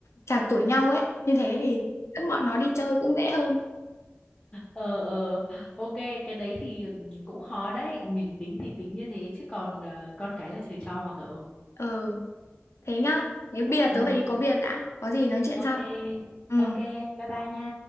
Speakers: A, on the left; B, on the left.
A: chạc tuổi nhau ấy, như thế thì dẫn bọn nó đi chơi cũng dễ hơn.
B: ờ ờ ok cái đấy thì ừm, cũng khó đấy mình tính thì tính như thế chứ còn ờ, con cái là trời cho mà cậu
A: Ừ. Thế nhá. Thế bây giờ
B: ừ,
A: tớ phải đi
B: ừ.
A: có việc đã. Có gì nói chuyện sau.
B: ok
A: Ừ.
B: ok bye bye nha